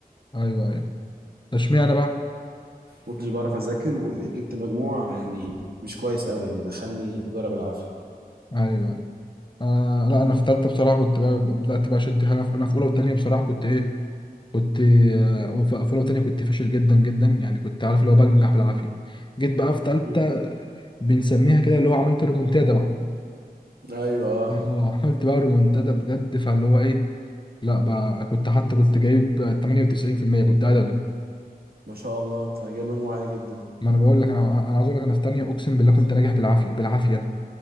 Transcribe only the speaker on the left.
ايوه ايوه اشمعنى بقى
ايوه ايوه انا لا انا في ثالثه بصراحه كنت بقى بدات بقى اشد حاجه في- انا في اولى وثانيه بصراحه كنت ايه كنت آه، في اولى وثانيه كنت فاشل جدا جدا يعني كنت عارف اللي هو بنجح بالعافيه جيت بقى في ثالثه
بنسميها كده اللي هو عملت ريمونتادا بقى
اه عملت بقى ريمونتادا بجد فاللي هو ايه لا بقى كنت حتى كنت جايب 98% كنت ادبي
ما انا بقول لك انا انا عايز اقول لك انا في ثانيه اقسم بالله كنت ناجح بالعافيه بالعافيه